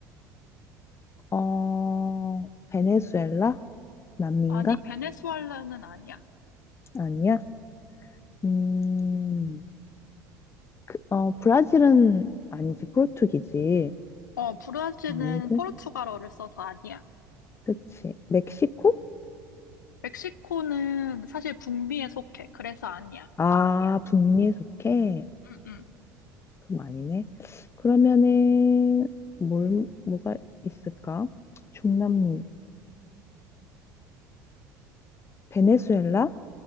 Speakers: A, on the left; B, on the left.
A: 어, 베네수엘라? 남미인가?
B: 아니, 베네수엘라는 아니야.
A: 아니야? 음, 그, 어, 브라질은 아니지, 포르투기지.
B: 어, 브라질은
A: 아니고,
B: 포르투갈어를 써서 아니야.
A: 그치. 멕시코?
B: 멕시코는 사실 북미에 속해. 그래서 아니야.
A: 아, 북미에 속해.
B: 응, 응.
A: 그럼 아니네. 그러면은, 뭘, 뭐가 있을까? 중남미. 베네수엘라?